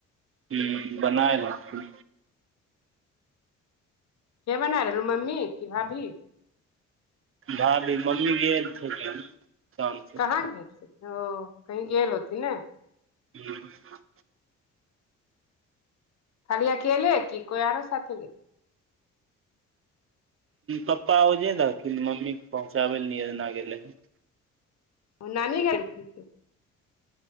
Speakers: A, on the right (about 45°); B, on the left (about 60°).
A: हूं बनाय रहथि
B: के बन रू मम्मी की भाभी
A: भाभी मम्मी गेल छथिन काम से
B: कहाँ गेल ओ कही गेलल होती ने
A: ह <inaudible>
B: खालिया खल की कोइ आरो साथे गेल
A: पप्पा ओजे दथिन मम्मी पहुँचाबै लए नाहि गेलै हन
B: ओ नानी घर में